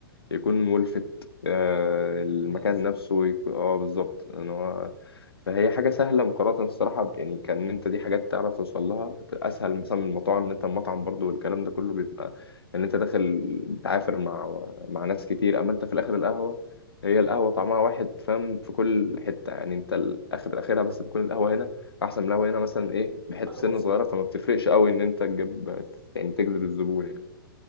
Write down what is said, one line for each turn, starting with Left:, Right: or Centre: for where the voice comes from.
Left: يكون ملفت آه،
Right: ويجذب
Left: المكان
Right: الناس
Left: نفسه يكون اه بالظبط ان هو فهي حاجه سهله مقارنه الصراحه ب- يعني كان انت دي حاجات تعرف توصل لها اسهل مثلا من المطاعم ان انت المطعم برضو والكلام ده كله بيبقى ان انت داخل بتعافر مع مع ناس كتير اما انت في الاخر القهوه هي القهوه طعمها واحد فاهم في كل حته يعني انت الاخر اخرها بس بتكون القهوه هنا احسن من القهوه هنا مثلا ايه بحته
Right: حاجة
Left: سنه
Right: بسيطة
Left: صغيره فما بتفرقش قوي ان انت تجيب يعني تجذب الزبون يعني